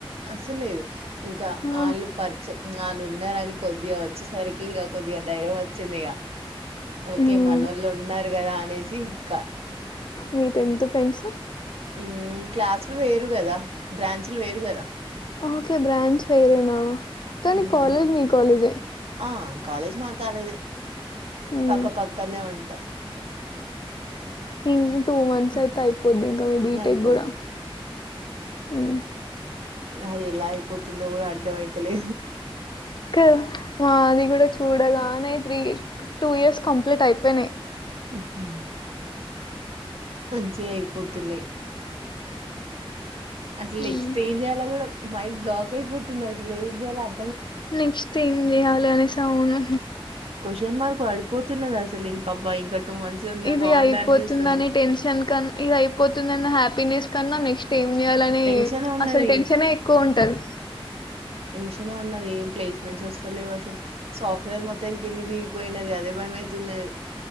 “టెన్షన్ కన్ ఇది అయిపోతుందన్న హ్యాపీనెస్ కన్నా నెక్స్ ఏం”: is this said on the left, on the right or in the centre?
Left